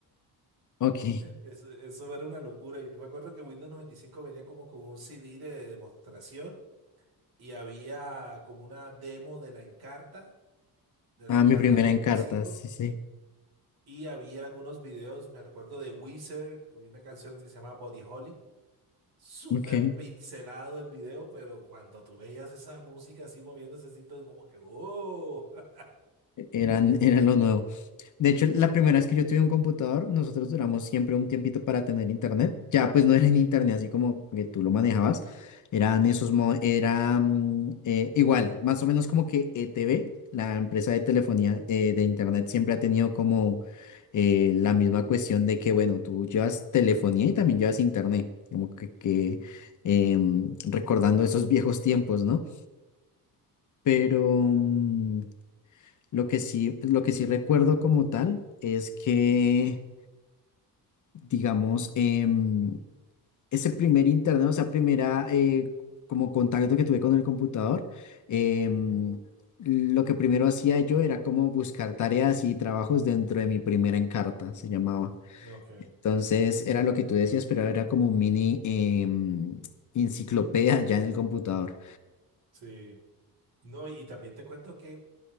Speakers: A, on the left; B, on the right.
A: Ok.
B: Eso, eso era una locura. Yo me acuerdo que Windows 95 venía como con un CD de demostración y había como una demo de la Encarta, de
A: Ah,
B: la Encarta
A: mi primera
B: 95,
A: en cartas, sí, sí.
B: y cinco, y habían unos videos, me acuerdo de Weezer, había una canción que se llama Body Holly. Súper
A: Ok.
B: pixelado el video, pero cuando tú veías esa música así moviéndose así, todo como que ¡oh! <laughs>
A: Eran, era lo nuevo. De hecho, la primera vez que yo tuve un computador, nosotros duramos siempre un tiempito para tener internet. Ya pues no era en internet así como que tú lo manejabas. Eran esos, mo- era mm, eh, igual, más o menos como que ETV, la empresa de telefonía eh, de internet, siempre ha tenido como eh, la misma cuestión de que, bueno, tú llevas telefonía y también llevas internet. Como que, que, em, recordando esos viejos tiempos, ¿no? Pero... mm, lo que sí, lo que sí recuerdo como tal es que, digamos, em, ese primer internet, o sea, primera eh, como contacto que tuve con el computador, em,
B: Ujú,
A: lo que primero hacía yo era como buscar tareas y trabajos dentro de mi primera Encarta, se llamaba.
B: Ok,
A: Entonces era lo que tú decías, pero era como un mini em, enciclopedia ya en el computador.
B: sí. No, y y también te cuento que